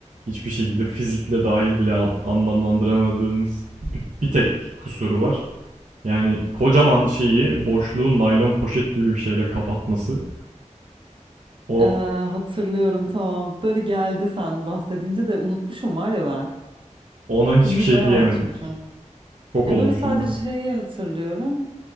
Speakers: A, on the right; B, on the right.
A: hiçbir şekilde fizikle dahil bile an- anlamlandıramadığımız bi- bir tek kusuru var. Yani kocaman şeyi boşluğu naylon poşet gibi bir şeyle kapatması. O
B: Ee, hatırlıyorum tamam. Böyle geldi sen bahsedince de unutmuşum var ya ben.
A: ona hiçbir
B: Filmi
A: şey
B: bayağı
A: diyemedik.
B: unutmuşum.
A: Şok
B: Ya
A: olmuştum
B: böyle sadece
A: ben.
B: şeyi hatırlıyorum.